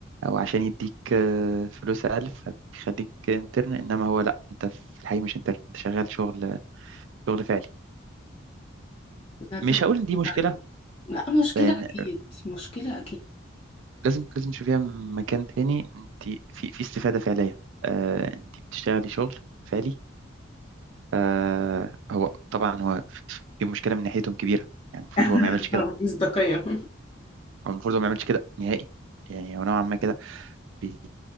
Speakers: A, on the right (about 70°); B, on the left (about 30°).
A: او عشان يديك آه، فلوس اقل فبيخليك انترن انما هو لا انت في الحقيقة مش انترن انت شغال شغل شغل فعلي
B: بجد
A: مش
B: كنت
A: هقول ان
B: معترضة
A: دي مشكلة
B: لا مصداقية. مشكلة
A: لان
B: أكيد مشكلة أكيد
A: لازم لازم تشوفيها من مكان تاني انت في في استفادة فعلية آه انت بتشتغلي شغل فعلي آه هو طبعا هو في في مشكلة من ناحيتهم كبيرة يعني المفروض هو
B: <laughs>
A: ما يعملش كده
B: مصداقية
A: هو المفروض هو ما يعملش كده نهائي يعني هو نوعا ما كده بي